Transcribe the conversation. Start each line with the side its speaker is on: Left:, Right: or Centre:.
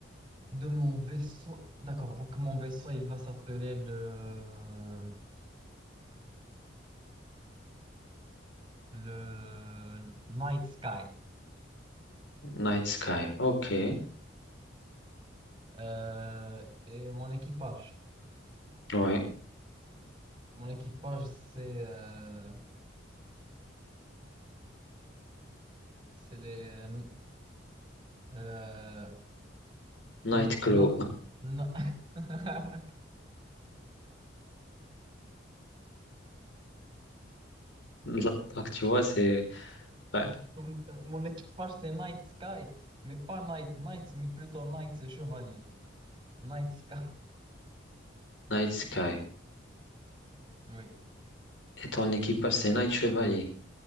Right: de mon vaisseau. D'accord, donc mon vaisseau, il va s'appeler le... le Night Sky.
Left: Night Sky. Ok.
Right: Euh, et mon équipage.
Left: Ouais.
Right: Mon équipage, c'est euh, c'est les... euh,
Left: Nightclaw.
Right: N- Non, non. <laughs>
Left: <laughs> Donc tu vois, c'est ouais.
Right: M- Mon équipage, c'est Night Sky, mais pas Night Knight, mais plutôt Knight, c'est chevalier. Night Sky,
Left: Night Sky.
Right: oui.
Left: Et ton équipage, c'est Night Chevalier.